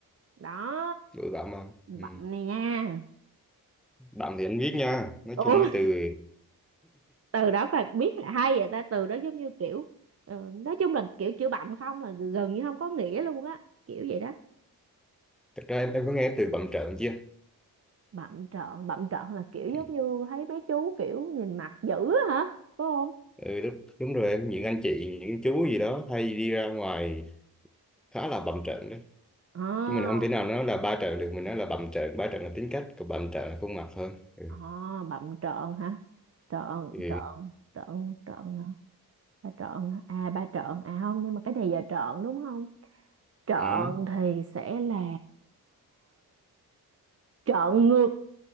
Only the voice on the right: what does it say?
Đó,
bặm
này nha.
Ủa,
từ đó phải biết hả? hay vậy ta, từ đó giống như kiểu ờ, nói chung là kiểu chữ bặm không là gần như không có nghĩa luôn á, kiểu vậy đó.
Bặm trợn, bặm trợn là kiểu
giống như thấy mấy chú kiểu nhìn mặt dữ á hả? Phải không?
À.
À, bậm trợn hả? Trợn,
trợn, trợn, trợn, hả? ba trợn, hả? à ba trợn, à không, nhưng mà cái này giờ trợn đúng không? Trợn
thì sẽ là trợn ngược,